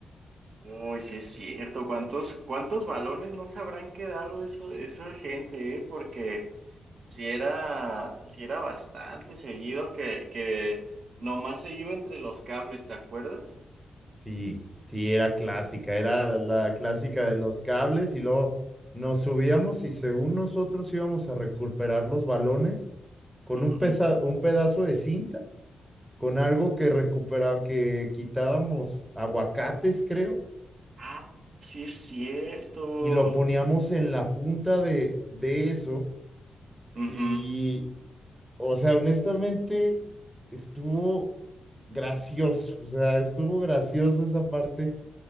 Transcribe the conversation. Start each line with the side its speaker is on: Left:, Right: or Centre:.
Right: uy, sí es cierto. ¿Cuántos, cuántos balones no se habrán quedado eso, esa gente, eh? Porque si era, si era bastante seguido que, que nomás se iba entre los cables, ¿te acuerdas?
Centre: Sí, sí, era clásica, era la clásica de los cables y luego nos subíamos y según nosotros íbamos a recuperar los balones con un,
Right: Ujú.
Centre: pesa- un pedazo de cinta, con algo que recuperaba, que quitábamos aguacates, creo,
Right: Ah, sí es cierto.
Centre: y lo poníamos en la punta de, de eso
Right: Ujú.
Centre: y, o sea, honestamente, estuvo gracioso, o sea, estuvo gracioso esa parte